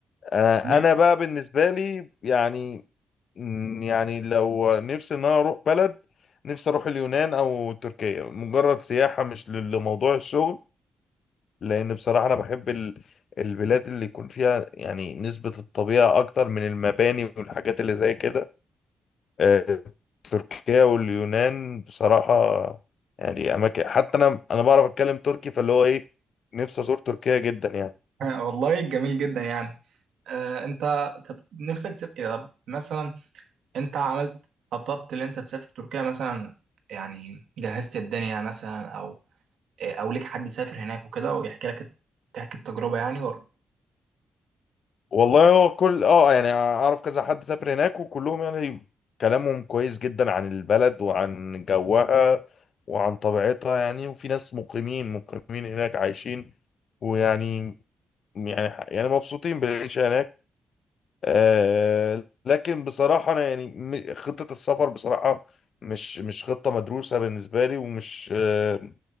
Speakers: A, on the left; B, on the right.
A: آه،
B: جميل.
A: انا بقى بالنسبة لي يعني م، يعني لو نفسي ان انا اروح بلد نفسي اروح اليونان او تركيا مجرد سياحة مش ل- لموضوع الشغل لان بصراحة انا بحب ال- البلاد اللي يكون فيها يعني نسبة الطبيعة اكتر من المباني والحاجات اللي زي كده آه، تركيا واليونان بصراحة يعني أماكن حتى أنا أنا بعرف أتكلم تركي فاللي هو إيه نفسي أزور تركيا جدا يعني
B: <laughs> والله جميل جدا يعني آه، انت طب نفسك تبقى طب مثلا انت عملت خططت ان انت تسافر تركيا مثلا يعني جهزت الدنيا مثلا او اه، او ليك حد سافر هناك وكده ويحكي لك تحكي التجربه يعني ولا
A: والله هو كل أه يعني أعرف كذا حد سافر هناك وكلهم يعني كلامهم كويس جدا عن البلد وعن جوها وعن طبيعتها يعني وفي ناس مقيمين مقيمين هناك عايشين ويعني يعني يعني مبسوطين بالعيشة هناك آه، لكن بصراحة أنا يعني م- خطة السفر بصراحة مش مش خطة مدروسة بالنسبة لي ومش آه،